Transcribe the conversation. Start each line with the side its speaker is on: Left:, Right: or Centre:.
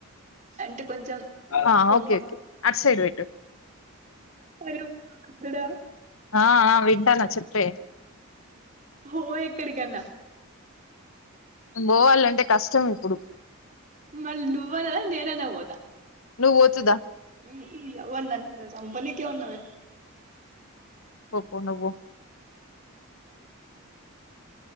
Right: అంటే కొంచెం
Left: ఆ
Right: పొమ్మ
Left: ఓకే ఓకే అట్ సైడ్ పెట్టు
Right: అరే భగవంతుడా
Left: ఆ, ఆ, వింటానా చెప్పే
Right: పో ఏక్కడి కన్నా
Left: పోవాలంటే కష్టం ఇప్పుడు,
Right: మల్ నువ్వనా రా నేనన్న పోత
Left: నువ్వు పోతువుదా
Right: ఉహుం నియవ్వ నన్ను సంపానికే ఉన్నావే
Left: పో పో నువ్వు పో